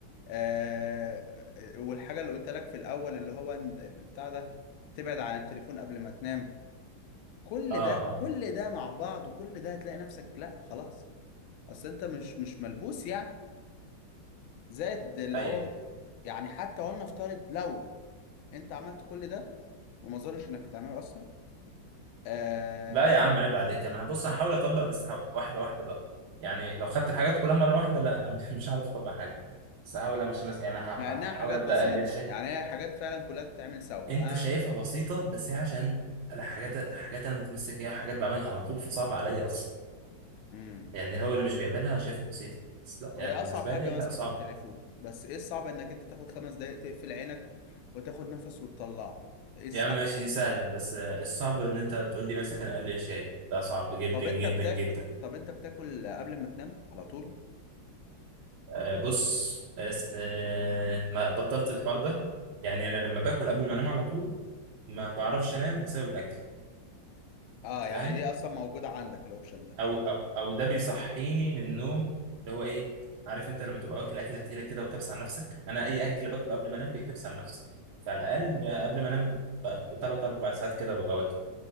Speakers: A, on the left (about 85°); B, on the right (about 80°).
A: آه والحاجة اللي قلت لك في الأول اللي هو إن- بتاع ده تبعد عن التليفون قبل ما تنام كل
B: أه
A: ده
B: أه
A: كل ده مع بعض وكل ده هتلاقي نفسك لا خلاص اصل انت مش مش ملبوس يعني زائد اللي
B: أيوه
A: هو يعني حتى ولنفترض لو انت عملت كل ده وما اظنش انك هتعمله اصلا آه
B: لا يا عم عيب عليك انا هبص هحاول اطبق بس ه- واحده واحده بقى يعني لو خدت الحاجات كلها مره واحده لا انا <laughs> مش هعرف اطبق حاجه بس هحاول امشي مثلا يعني ه-
A: مع
B: ه- هحاول
A: انها حاجات
B: ابدا
A: بسيطة
B: اقلل شيء
A: يعني هي حاجات فعلا كلها تتعمل سوا
B: انت شايفها
A: انا
B: بسيطه بس هي عشان الحاجات حاجات انا متمسك بيها وحاجات بعملها على طول فصعب عليا اصلا
A: امم
B: يعني هو اللي مش بيعملها شايفها بسيطه بس لا يعني
A: هي اصعب
B: بالنسبه
A: حاجة
B: لي
A: ماسكة
B: لا صعبه
A: التليفون بس ايه الصعب انك انت تاخد خمس دقايق تقفل عينك وتاخد نفس وتطلعه ايه الصعب
B: يا عم ماشي دي سهله بس آه، الصعب ان انت تقول لي مثلا قلل شيء ده صعب جدا
A: طب
B: جدا
A: انت بتاكل
B: جدا
A: طب انت بتاكل قبل ما تنام على طول
B: آه، بص آه، ما بطلت الحوار ده يعني انا لما باكل قبل ما انام على طول ما بعرفش انام بسبب الاكل
A: اه
B: انت
A: يعني
B: فاهم
A: دي اصلا موجودة عندك الاوبشن ده
B: او او او ده بيصحيني من النوم اللي هو ايه عارف انت لما تبقى واكل اكله تقيله كده وكبس على نفسك انا اي اكل باكله قبل ما انام بيكبس على نفسي فعلى الاقل قبل ما انام بثلاث اربع ساعات كده ببقى واكل